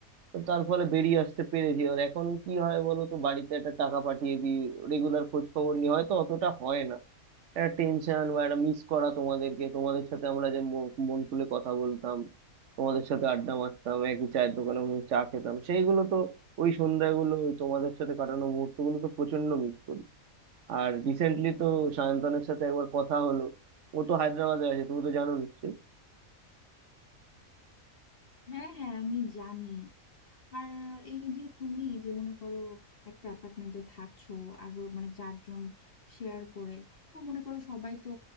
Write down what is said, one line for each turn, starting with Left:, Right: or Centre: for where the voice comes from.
Right: তো তার ফলে বেরিয়ে আসতে পেরেছি আর এখন কি হয় বলো তো বাড়িতে একটা টাকা পাঠিয়ে দিই রেগুলার খোঁজ খবর নিই হয়তো অতটা হয় না একটা টেনশন বা একটা মিস করা তোমাদেরকে তোমাদের সাথে আমরা যে মো- মন খুলে কথা বলতাম তোমাদের সাথে আড্ডা মারতাম একই চায়ের দোকানে বসে চা খেতাম সেইগুলো তো ওই সন্ধ্যাগুলো ওই তোমাদের সাথে কাটানো মুহূর্তগুলো তো প্রচন্ড মিস করি আর রিসেন্টলি তো সায়ন্তনের সাথে একবার কথা হলো ও তো হায়দ্রাবাদে আছে তুমি তো জানো নিশ্চয়ই
Left: হ্যাঁ হ্যাঁ আমি জানি আর এই যে তুমি যে মনে করো একটা অ্যাপার্টমেন্টে থাকছো আরো মানে চারজন শেয়ার করে তো মনে করো সবাই তো